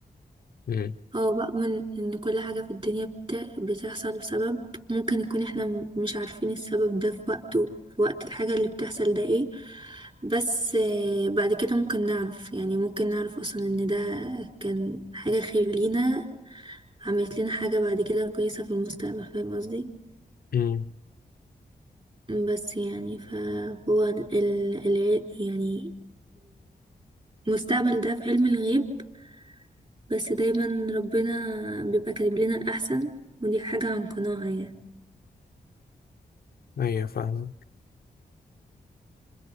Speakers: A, on the left; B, on the right.
A: مم.
B: اه بقى من ان كل حاجة في الدنيا بت... بتحصل بسبب ممكن يكون احنا م- مش عارفين السبب ده في وقته في وقت الحاجة اللي بتحصل ده ايه بس آه، بعد كده ممكن نعرف يعني ممكن نعرف اصلا ان ده كان حاجة خير لينا عملت لنا حاجة بعد كده كويسة في المستقبل فاهم قصدي
A: مم.
B: بس يعني فهو ال... ال... الع- يعني المستقبل ده في علم الغيب بس دايما ربنا بيبقى كاتب لنا الأحسن ودي حاجة عن قناعة يعني
A: ايوه فاهم